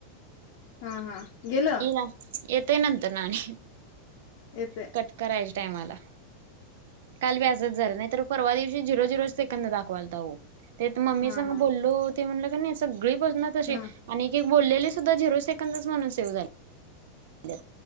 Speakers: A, on the left; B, on the right.
A: हा हा. गेलं
B: इना येत ते नंतरनं आणि
A: येते
B: कट कराय टायमाला काल बी असंच झालं नाही तर परवा दिवशी झिरो झिरोच सेकंद दाखवालतं हो ते मम्मी
A: हा
B: संग
A: हा
B: बोललो ते म्हटलं की नाही सगळी पस न तशी
A: हा
B: आणि बोललेले सुद्धा झिरो सेकंदच म्हणून सेव झाले.